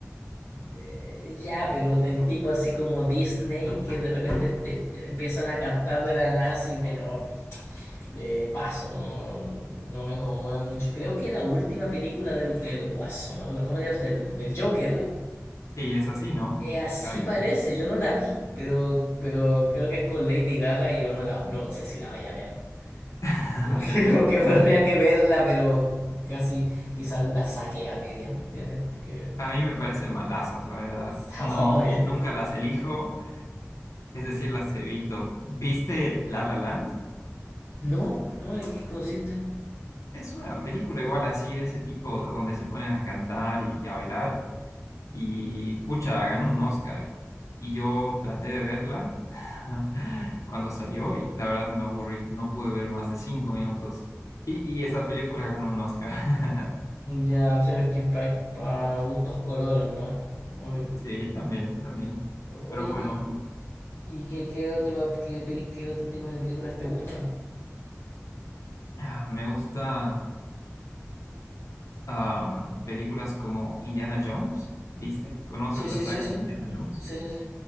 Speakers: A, on the left; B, on the left.
A: eh, ya, pero del tipo así como Disney, que de repente te, te empiezan a cantar de la nada, y bueno, eh, paso, no, no me conmueve mucho. Creo que la última película del, del Guasón, o sea, ¿cómo se llama? Del, del Joker,
B: Sí, es así, ¿no?
A: eh, así
B: ¿La viste?
A: parece, yo no la vi, pero, pero creo que es con Lady Gaga y yo no, la, no sé si la vaya a ver.
B: <laughs>
A: <laughs> Como que tendría que verla, pero casi quizás la saqué a medias, ¿me entiendes? Porque
B: A mí me parecen malazas, la verdad.
A: está
B: No,
A: <laughs> obvio.
B: nunca las elijo, es decir, las evito. ¿Viste La La Land?
A: No, no, ¿en qué consiste?
B: Es una película igual así, de ese tipo, donde se ponen a cantar y a bailar. Y pucha, ganó un Oscar. Y yo traté de verla <laughs> cuando salió y la verdad me aburrí. No pude ver más de cinco minutos. Y, y esa película ganó un Oscar. <laughs>
A: Ya, sabes que para pa gustos colores, ¿no? Obvio.
B: Sí, también, también.
A: Oye,
B: Pero bueno,
A: y ¿Y qué, qué, otro, qué, peli- qué otro tipo de películas te gustan?
B: ah, me gusta am, películas como Indiana Jones, ¿viste? ¿Conoces
A: Sí, sí,
B: la saga
A: sí, sí.
B: de Indiana Jones?
A: Sí, sí, sí.